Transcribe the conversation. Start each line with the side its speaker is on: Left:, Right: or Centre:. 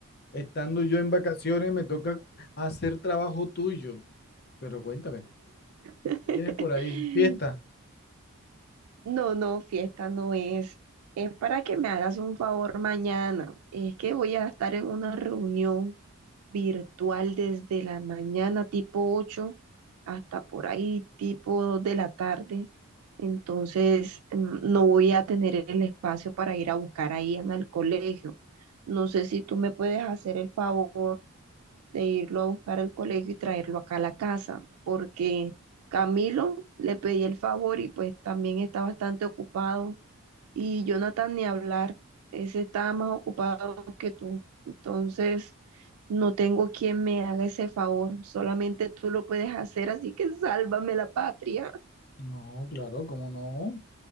Left: Estando yo en vacaciones, me toca hacer trabajo tuyo. Pero cuéntame,
Right: <laughs>
Left: ¿qué tienes por ahí? ¿Fiesta?
Right: No, no, fiesta no es. Es para que me hagas un favor mañana. Es que voy a estar en una reunión virtual desde la mañana tipo 8 hasta por ahí tipo 2 de la tarde. Entonces, mm, no voy a tener el espacio para ir a buscar ahí en el colegio. No sé si tú me puedes hacer el favor. de irlo a buscar al colegio y traerlo acá a la casa, porque Camilo le pedí el favor y pues también está bastante ocupado y Jonathan ni hablar, ese está más ocupado que tú. Entonces, no tengo quien me haga ese favor, solamente tú lo puedes hacer, así que sálvame la patria.
Left: No, claro, ¿cómo no?